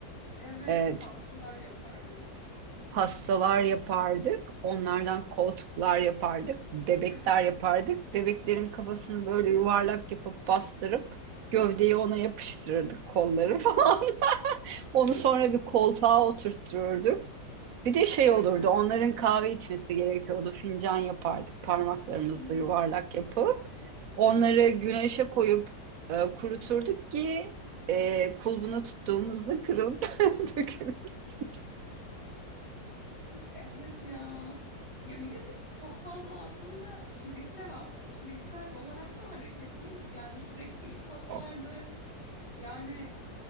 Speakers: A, on the right (about 15°); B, on the right (about 55°).
A: Evet.
B: Ee,
A: Pastalar yapardık.
B: pastalar yapardık. Onlardan koltuklar yapardık. Bebekler
A: <laughs>
B: yapardık. Bebeklerin kafasını böyle yuvarlak yapıp bastırıp gövdeyi ona yapıştırırdık kolları
A: Evet.
B: falan. <laughs> Onu sonra bir koltuğa oturttururduk. Bir de şey
A: Evet.
B: olurdu, onların kahve içmesi gerekiyordu. Fincan yapardık parmaklarımızla
A: <laughs>
B: yuvarlak yapıp. Onları güneşe koyup e, kuruturduk ki e, kulbunu tuttuğumuzda kırılıp <laughs> dökülmesin.
A: Evet ya. Ya bir de biz çok fazla aslında fiziksel fiziksel olarak da hareketliydik. Yani sürekli ip atlardı.
B: Çok.
A: Yani